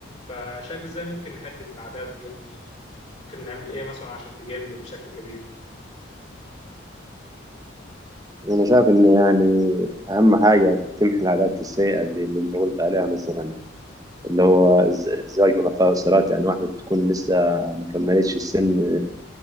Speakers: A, on the left; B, on the right.
A: فشايف ازاي ممكن نحد من العادات دي يعني ممكن نعمل إيه مثلا عشان تقل بشكل كبير
B: انا شايف ان يعني اهم حاجة تمحي العادات السيئة زي اللي انت قلت عليها مثلا اللي هو الز- الزواج من قاصرات يعني واحدة تكون لسه ما كملتش السن